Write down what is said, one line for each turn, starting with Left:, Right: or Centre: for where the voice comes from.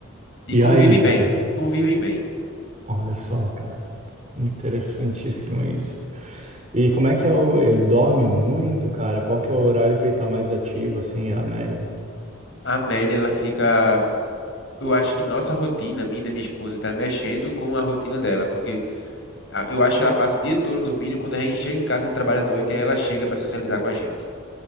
Left: E
Right: E
Left: convivem
Right: aí, cara?
Left: bem. Convivem bem.
Right: Olha só, cara. Interessantíssimo isso. E como é que é o, ele dorme muito, cara? Qual que é o horário que ele tá mais ativo, assim, a Amélia?
Left: A Amélia, ela fica. Eu acho que nossa rotina, minha e da minha esposa, está mexendo com a rotina dela, porque a- eu acho que ela passa o dia todo dormindo. Quando a gente chega em casa do trabalho à noite, aí ela chega para socializar com a gente.